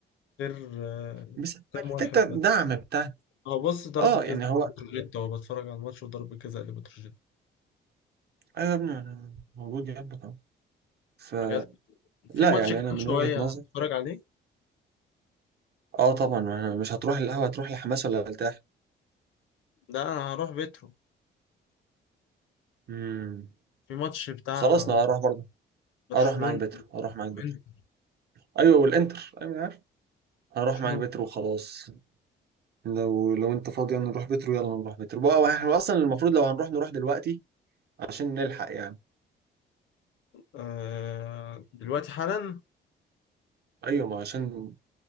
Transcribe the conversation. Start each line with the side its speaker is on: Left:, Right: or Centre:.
Left: غير آه،
Right: بسبب
Left: كام
Right: حته
Left: واحد
Right: الدعم
Left: بس
Right: بتاع
Left: هو بص ضربة
Right: اه
Left: جزاء
Right: يعني هو
Left: بتروجيت هو بتفرج على الماتش وضربة جزاء لبتروجيت
Right: ايوه يا ابني أنا موجود يهبط أهو. فلا
Left: بجد في ماتش
Right: يعني
Left: كمان
Right: انا من
Left: شوية
Right: وجهه نظري
Left: هتفرج عليه
Right: اه طبعا ما- أنا مش هتروح القهوة هتروح لحماس ولا هترتاح
Left: ده أنا هروح بيترو
Right: امم
Left: في ماتش بتاع
Right: خلاص انا هروح برضه
Left: برشلونة
Right: هروح معاك بترو هروح معاك
Left: وإنتر
Right: بترو ايوه والانتر ايوه أنا عارف هروح
Left: برشلونة
Right: معاك بترو
Left: وإنتر.
Right: وخلاص لو لو انت فاضي يلا نروح بترو يلا نروح بترو بقى احنا اصلا المفروض لو هنروح نروح دلوقتي عشان نلحق يعني
Left: آه دلوقتي حالا
Right: ايوه ما عشان